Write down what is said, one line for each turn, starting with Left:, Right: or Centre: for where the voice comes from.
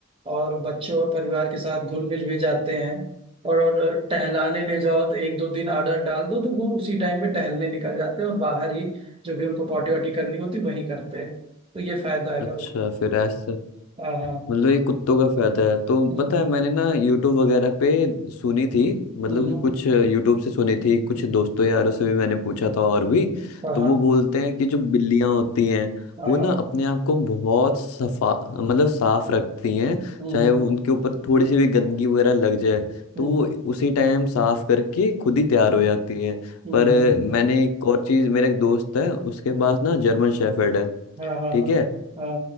Right: और बच्चों और परिवार के साथ घुल मिल भी जाते हैं और, और टहलाने ले जाओ तो एक दो दिन आर्डर डाल दो तो वो उसी टाइम पे टहलने निकल जाते हैं और बाहर ही जो भी उनको पॉटी वॉटी करनी होती वहीं करते हैं तो ये फायदा है
Left: अच्छा
Right: बहुत।
Left: फिर ऐसा
Right: हाँ हाँ
Left: मतलब ये कुत्तों का फायदा है तो
Right: हम्म।
Left: पता है मैंने ना यूट्यूब वगैरह पे सुनी थी मतलब
Right: हम्म
Left: कि कुछ यूट्यूब से सुनी थी कुछ दोस्तों यारों से भी मैंने पूछा था और भी
Right: हाँ
Left: तो
Right: हाँ
Left: वो बोलते हैं कि जो बिल्लियां होती हैं
Right: हाँ
Left: वो ना अपने आप को बहुत सफा मतलब साफ रखती हैं
Right: हम्म
Left: चाहे वो उनके ऊपर थोड़ी सी भी गंदगी वगैरह लग जाए
Right: हम्म
Left: तो वो उसी टाइम साफ करके खुद ही तैयार हो जाती है
Right: हम्म
Left: पर मैंने एक और चीज मेरा एक दोस्त है उसके पास ना जर्मन शेफर्ड है
Right: हाँ हाँ
Left: ठीक है
Right: हाँ